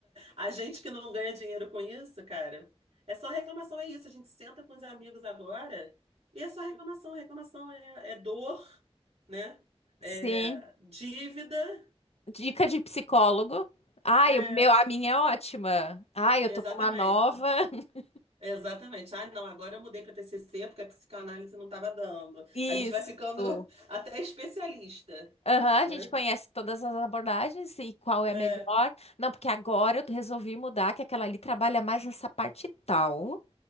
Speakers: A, on the right; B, on the left.
A: A gente que não ganha dinheiro com isso, cara, é só reclamação, é isso. A gente senta com os amigos agora e é só reclamação. Reclamação é, é dor, né? É
B: sim.
A: dívida.
B: Dica de psicólogo. Ai,
A: É,
B: o meu, a minha é ótima. Ai, eu
A: exatamente.
B: tô com uma nova. <laughs>
A: Exatamente. Ah, não, agora eu mudei para TCC porque a psicanálise não estava dando.
B: Isso.
A: A gente vai ficando <laughs> até especialista,
B: Aham, a
A: né?
B: gente conhece todas as abordagens e qual é
A: É.
B: a melhor. Não, porque agora eu resolvi mudar, que aquela ali trabalha mais essa parte tal.